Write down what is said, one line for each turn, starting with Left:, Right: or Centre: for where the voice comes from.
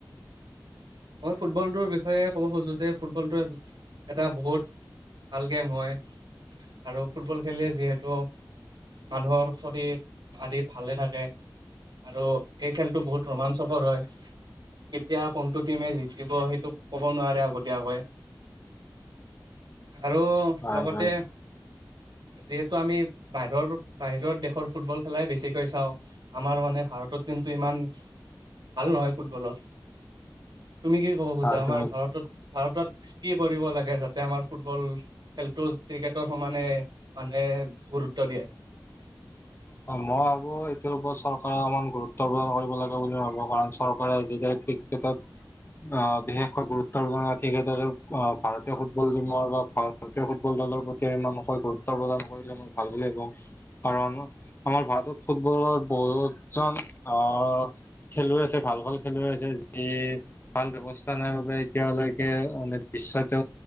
Right: মই ফুটবলটোৰ বিষয়ে ক'ব খুজো যে ফুটবলটো এটা বহুত ভাল গেম হয় আৰু ফুটবল খেলিলে যিহেতু মানুহৰ শৰীৰ আদি ভালে থাকে। আৰু এই খেলতটো বহুত ৰোমাঞ্চকৰ হয় কেতিয়া কোন টো দিমে জিকিব সেইটো ক'ব নোৱাৰে আগতীয়াকৈ। আৰু
Left: হয়
Right: লগতে
Left: হয়
Right: যিহেতু আমি বাহিৰৰ বাহিৰত দেশৰ ফুটবল খেলাই বেছিক চাওঁ আমাৰ মানে ভাৰতৰ টিমটো ইমান ভাল নহয় ফুটবলত। তুমি কি ক'ব খোজা
Left: হয়
Right: আমাৰ
Left: তুমি
Right: ভাৰত ভাৰতত কি কৰিব লাগে যাতে আমাৰ ফুটবল খেলতটো ক্ৰিকেটৰ সমানে মানে গুৰুত্ব দিয়ে।
Left: <inaudible> মই আকৌ এইটোৰ ওপৰত চৰকাৰে অকমান গুৰুত্ব প্ৰদান কৰিব লাগে বুলি ভাবো। কাৰণ চৰকাৰে যেতিয়া <unintelligible> অ বিশেষকৈ গুৰুত্বপূৰ্ণ <unintelligible> ভাৰতীয় ফুটবল টিমৰ বা ভাৰতীয় ফুটবল দৰ প্ৰতি মানুৰ গুৰুত্ব প্ৰদান কৰিলে মই ভাল বুলি ভাবো। কাৰণ আমাৰ ভাৰতত ফুটবলৰ বহুত জন অ খেলুৱৈ আছে ভাল ভাল খেলুৱৈ আছে যি ভাল ব্যৱস্থা নাই। এতিয়ালৈকে মানে বিশ্বতে